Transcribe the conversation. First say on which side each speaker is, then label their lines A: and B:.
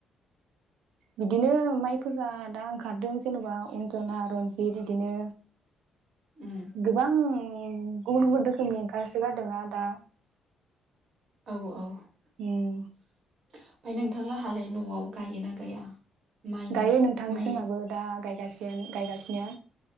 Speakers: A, on the right; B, on the right.
A: बिदिनो माइफोरा दा ओंखारदों जेनेबा अन्जना रन्जित इदिनो,
B: उम
A: गोबां, गुबुन गुबुन रोखोमनि ओंखारसो गारदोंना दा,
B: औ औ ओमफ्राय
A: उम
B: नोंथां लोंहालाय न'आव गायोना गाया? माइनि
A: गायो नोंथां
B: माइ
A: जोंहाबो दा गाय, <unintelligible> गायगासिनो